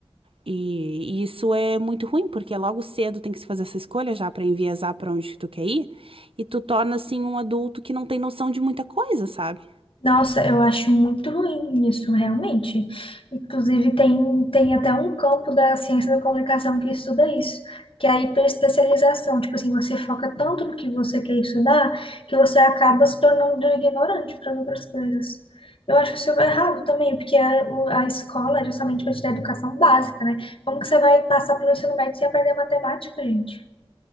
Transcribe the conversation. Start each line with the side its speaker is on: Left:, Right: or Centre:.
Right: E isso é muito ruim, porque logo cedo tem que se fazer essa escolha já para enviesar para onde tu quer ir, e tu torna assim um adulto que não tem noção de muita coisa, sabe?
Left: Nossa, eu acho muito ruim isso, realmente. Inclusive, tem, tem até um campo da ciência da comunicação que estuda isso, que é a hiperespecialização. Tipo assim, você foca tanto no que você quer estudar que você acaba se tornando ignorante para as outras coisas. Eu acho isso errado também, porque a, o- a escola é justamente para te dar educação básica, né? Como que você vai passar pelo ensino médio sem aprender matemática, gente?